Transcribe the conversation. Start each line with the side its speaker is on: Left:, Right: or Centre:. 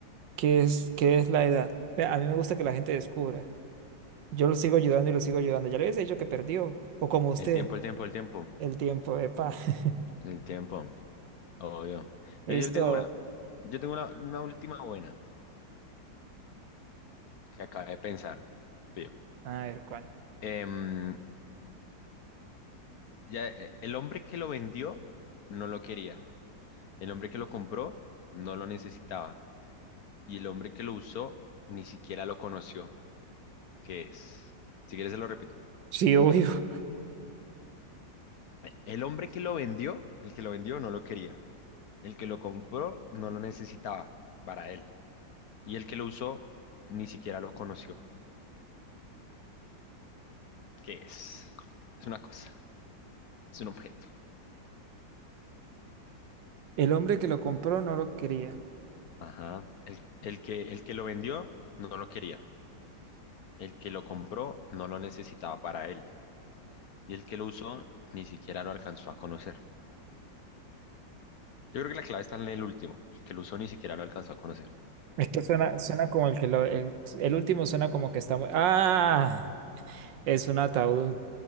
Right: ¿qué es, qué es la edad? Ve, A mí me gusta que la gente descubra. Yo lo sigo ayudando y lo sigo ayudando. Ya le habéis dicho que perdió, o como usted,
Left: El tiempo, el tiempo, el tiempo.
Right: el tiempo, epa. <laughs>
Left: El tiempo, obvio. Pero
Right: Listo.
Left: yo tengo una. Yo tengo una, una última buena que acabé de pensar. Bien.
Right: A ver, ¿cuál?
Left: Em, ya eh, el hombre que lo vendió no lo quería, el hombre que lo compró no lo necesitaba y el hombre que lo usó ni siquiera lo conoció, que es, si quieres se lo repito,
Right: Sí, obvio.
Left: el hombre que lo vendió, el que lo vendió no lo quería, el que lo compró no lo necesitaba para él y el que lo usó ni siquiera lo conoció, que es, es una cosa, es un objeto.
Right: El hombre que lo compró no lo quería.
Left: Ajá. El, el que, el que lo vendió no lo quería, el que lo compró no lo necesitaba para él. Y el que lo usó ni siquiera lo alcanzó a conocer. Yo creo que la clave está en el último. El que lo usó ni siquiera lo alcanzó a conocer.
Right: Es que suena, suena como el que lo... El, el último suena como que está mu- ¡Ah! Es un ataúd.